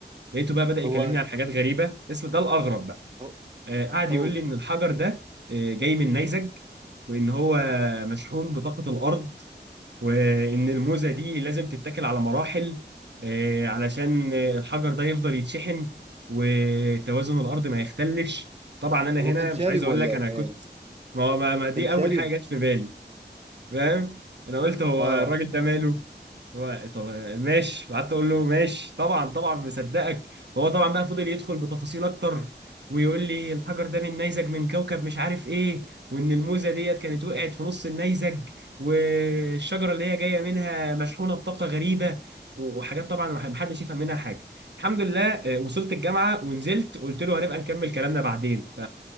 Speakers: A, on the right; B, on the right.
A: لقيته بقى بدأ يكلمني
B: هو
A: عن حاجات غريبة اسم ده الأغرب بقى
B: هو-
A: آه قعد
B: قول
A: يقول لي إن الحجر ده آه، جاي من نيزك وان هو مشحون بطاقة الارض وان الموزة دي لازم تتاكل على مراحل آه، علشان الحجر ده يفضل يتشحن وتوازن الارض ما يختلش طبعا انا
B: هو
A: هنا
B: كان
A: مش
B: شارب
A: عايز اقول
B: ولا
A: لك انا
B: ايه
A: كنت ما ما ما دي
B: كان شارب
A: اول حاجة جت في بالي فاهم انا قلت هو
B: اه
A: الراجل ده ماله هو طب ماشي وقعدت اقول له ماشي طبعا طبعا مصدقك فهو طبعا بقى فضل يدخل بتفاصيل اكتر ويقول لي الحجر ده من نيزك من كوكب مش عارف ايه وان الموزه ديت كانت وقعت في نص النيزك والشجره اللي هي جايه منها مشحونه بطاقه غريبه وحاجات طبعا محدش يفهم منها حاجه الحمد لله آه، وصلت الجامعه ونزلت قلت له هنبقى نكمل كلامنا بعدين ف